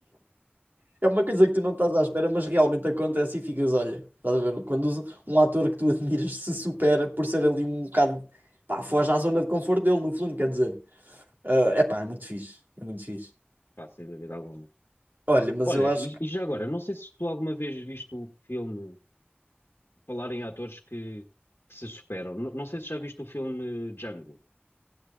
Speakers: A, on the right; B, on the left.
A: É uma coisa que tu não estás à espera, mas realmente acontece e ficas, olha, estás a ver? Quando os- um ator que tu admiras se supera por ser ali um bocado, pá, foge à zona de conforto dele, no fundo, quer dizer. é pá, é muito fixe. É muito fixe.
B: Pá, sem dúvida alguma.
A: Olha, mas
B: Olha,
A: eu acho
B: e,
A: que
B: e já agora, não sei se tu alguma vez viste o filme, falar em atores que, que se superam, não, não sei se já viste o filme Django,